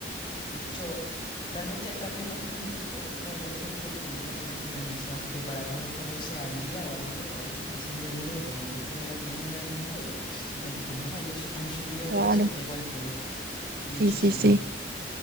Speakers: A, on the left (about 25°); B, on the right (about 55°).
A: De hecho, realmente el cambio no es tan brusco como por ejemplo el que vivió Argentina, quizás que para poder ponerse al día o al hilo, ahí a seguir el hilo con el resto de la economía del mundo, pues si te fijas, ¿no? Ellos su- han subido
B: Claro,
A: precios de golpe muchísimo.
B: sí, sí, sí.